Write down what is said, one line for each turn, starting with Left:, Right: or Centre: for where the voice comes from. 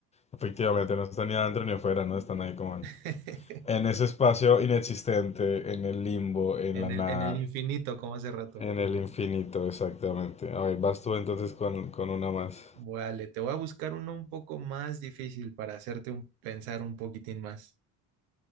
Left: Efectivamente, no están ni adentro ni afuera, ¿no? Están ahí como en,
Right: <laughs>
Left: en ese espacio inexistente, en el limbo, en
Right: en
Left: la
Right: el,
Left: nada,
Right: en el infinito, como hace rato.
Left: en el infinito, exactamente. A ver, vas tú entonces con, con una más.
Right: Vale, te voy a buscar uno un poco más difícil para hacerte un- pensar un poquitín más.